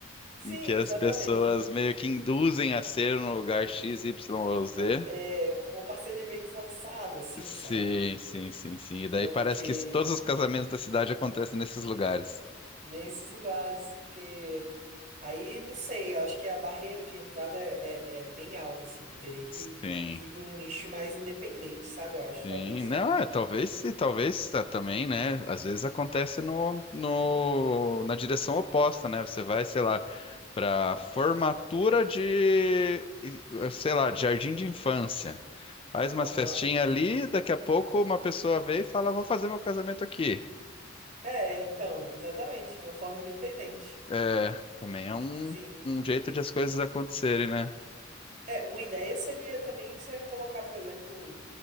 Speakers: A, on the right (about 40°); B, on the left (about 30°).
A: Sim,
B: Em que as
A: exatamente.
B: pessoas meio que induzem a ser no lugar X, Y ou Z.
A: Um- é, uma parceria meio que forçada, assim,
B: Sim,
A: sabe?
B: sim, sim, sim. E daí
A: Porque
B: parece que todos os casamentos da cidade acontecem nesses lugares.
A: nesses lugares, porque aí não sei, eu acho que a barreira de entrada é, é- é bem alta, assim, teria que,
B: Sim.
A: que ir para um nicho mais independente, sabe? Eu acho,
B: Sim,
A: talvez.
B: não, é, talvez, se- talvez tá, também, né? Às vezes acontece no, no, na direção oposta, né? Você vai, sei lá, para formatura de, sei lá, de jardim de infância. Faz umas
A: Aham.
B: festinhas ali, daqui a pouco uma pessoa vê e fala, vou fazer meu casamento aqui.
A: É, então, exatamente, de uma forma independente.
B: É, também é um,
A: Sim.
B: um jeito de as coisas acontecerem, né?
A: É, uma ideia seria também você colocar, por exemplo,